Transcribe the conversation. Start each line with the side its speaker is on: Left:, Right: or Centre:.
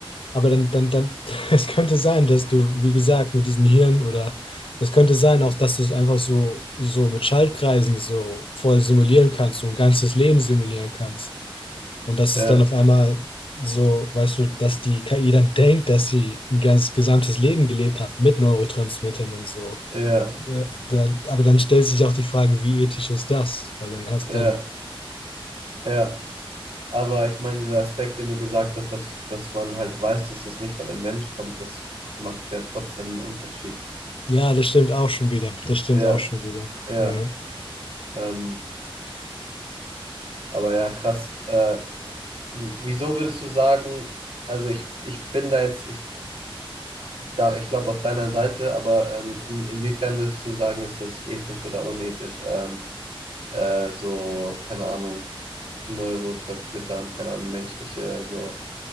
Left: aber dann, dann, dann, <laughs> es könnte sein, dass du, wie gesagt, mit diesen Hirn oder es könnte sein auch, dass du es einfach so, so mit Schaltkreisen so voll simulieren kannst, so ein ganzes Leben simulieren kannst. Und dass
Right: ja,
Left: es dann auf einmal so, weißt du, dass die KI dann denkt, dass sie ein ganz gesamtes Leben gelebt hat mit Neurotransmittern und so.
Right: ja,
Left: Äh, dann- Aber dann stellt sich auch die Frage, wie ethisch ist das? Weil dann hast
Right: ja,
Left: dann
Right: ja. Aber ich meine, dieser Aspekt, den du gesagt hast, dass, dass man halt weiß, dass es nicht von einem Mensch kommt, das macht ja trotzdem einen Unterschied.
Left: Ja, das stimmt auch schon wieder. Das stimmt
Right: Ja,
Left: auch schon wieder.
Right: ja.
Left: Ja.
Right: Ähm, aber ja, krass. Äh, w- wieso würdest du sagen, also ich, ich bin da jetzt, ich da, ich glaube auf deiner Seite, aber ähm, in, inwiefern würdest du sagen, ist das ethisch oder unethisch? Ähm, äh, so, keine Ahnung, Neurotransmitter und keine Ahnung, menschliche so